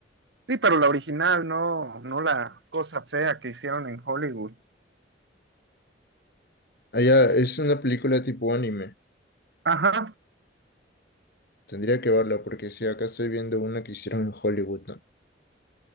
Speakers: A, on the right; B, on the left.
A: Sí, pero la original, no, no la cosa fea que hicieron en Hollywood.
B: Ah, ya, es una película tipo anime.
A: Ajá,
B: Tendría que verla porque si acá estoy viendo una que hicieron en Hollywood, ¿no?